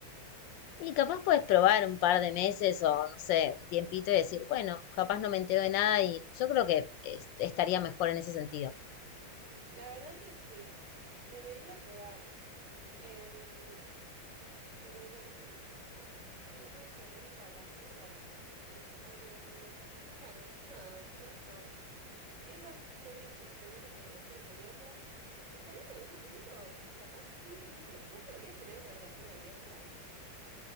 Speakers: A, on the left; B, on the right.
A: Y capaz puedes probar un par de meses o no sé, un tiempito y decir, bueno, capaz no me entero de nada y yo creo que es- estaría mejor en ese sentido.
B: La verdad que sí. Debería probar. Em, Pero bueno, am- sí, no sé, es rara, es rara la relación últimamente humana. Bueno, nada, eso. Esas son mis experiencias con relaciones abiertas. Ojalá en algún momento, capaz, ¿quién te dice? ¿Vos podrías tener una relación abierta?